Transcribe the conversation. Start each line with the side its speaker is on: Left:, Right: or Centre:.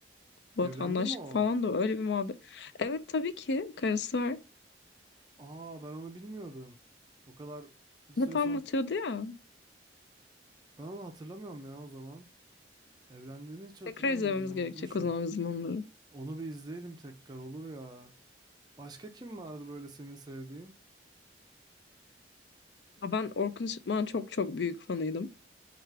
Left: Vatandaşlık
Right: Evlendi mi o?
Left: falan da öyle bir muhabbet. Evet tabii ki karısı var.
Right: Aa ben onu bilmiyordum. O kadar bir süre
Left: Hep anlatıyordu
Right: sonra
Left: ya.
Right: ben onu hatırlamıyorum ya o zaman. Evlendiğini hiç hatırlamıyorum,
Left: Tekrar izlememiz
Right: unutmuşum.
Left: gerekecek o zaman bizim onları.
Right: Onu bir izleyelim tekrar olur ya. Başka kim vardı böyle senin sevdiğin?
Left: Ya Ben Orkun Işıtmak'ın çok çok büyük fanıydım.